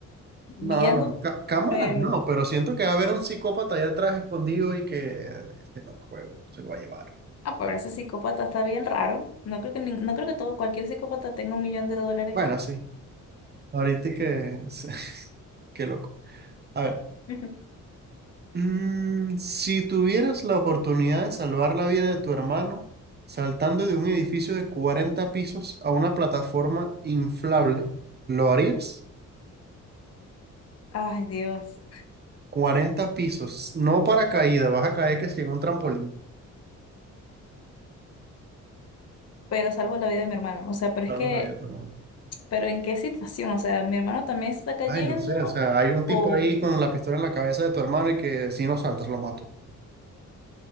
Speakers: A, on the left; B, on the right.
A: viendo,
B: No, no, no. Ca- cámaras
A: pero
B: no, pero siento que va a haber un psicópata allá atrás escondido y que este mamahuevo se lo va a llevar.
A: ah, pero ese psicópata está bien raro. No creo que nin- no creo que todo cualquier psicópata tenga un millón de dólares.
B: Bueno, sí. Ahorita y que... <laughs> Qué loco. A ver.
A: <laughs>
B: Mm, si tuvieras la oportunidad de salvar la vida de tu hermano saltando de un edificio de 40 pisos a una plataforma inflable, ¿lo harías?
A: Ay, Dios.
B: 40 pisos. No para caída, vas a caer que si en un trampolín.
A: pero salvo la vida de mi hermano. O sea, pero
B: Salvas
A: es que,
B: la vida de tu hermano.
A: pero ¿en qué situación? O sea, mi hermano también se está cayendo
B: Ay, no sé, o sea, hay un
A: o...
B: tipo ahí con la pistola en la cabeza de tu hermano y que si no saltas lo mato.